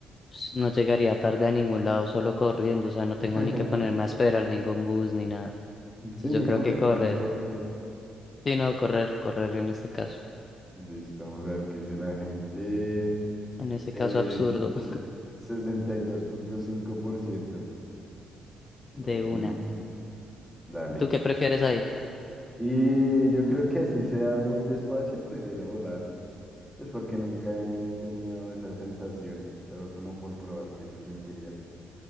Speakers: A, on the left; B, in the centre.
A: s- no llegaría tarde a ningún lado solo corriendo, o sea, no tengo
B: <laughs>
A: ni que ponerme a esperar ningún bus ni nada. Entonces
B: Sí,
A: yo
B: ni
A: creo
B: coger
A: que correr.
B: transporte.
A: Sí, no, correr, correr en este caso.
B: Listo, vamos a ver qué dice la gente.
A: En ese
B: El
A: caso absurdo, <laughs>
B: sesenta y dos punto cinco por ciento. Bueno,
A: de una.
B: dale.
A: ¿Tú qué prefieres ahí?
B: Y yo creo que así sea muy despacio, prefiero volar. Es porque nunca he tenido esa sensación, solo como por probar qué se sentiría.